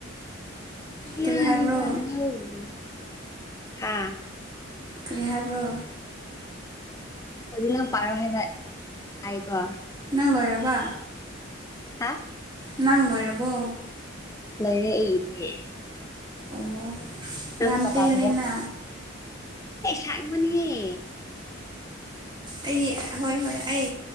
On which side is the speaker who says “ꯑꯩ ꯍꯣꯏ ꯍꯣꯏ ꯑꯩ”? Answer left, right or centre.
Right